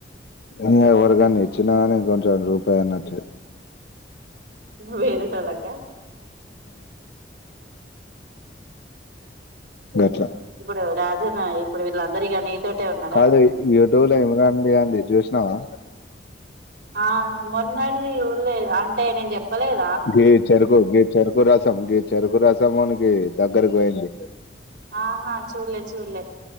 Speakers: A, on the left (about 60°); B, on the right (about 75°).
A: ఇ ఎవరికన్ని ఇచ్చినా కాని కొంచెం రూపాయి అన్న వచ్చ
B: వేరిటలోకే
A: ఎట్లా
B: ఇప్పుడు రాజన్ ఇప్పుడు వీళ్ళ అందరిగానీ నీతోటే ఉన్నారా
A: కాదు యూట్యూబ్ లో ఇమ్రాన్ ఖాన్ ది గాంది చూసినావా
B: ఆ మొన్నటిది ఊళ్ళ అంటే నేను చెప్పలేదు
A: గీ చెరుకు గ చెరుకు రసం గీ చెరుకు రసం మనికి దగ్గరకు పోయింది
B: ఆహా చూడలే చూలే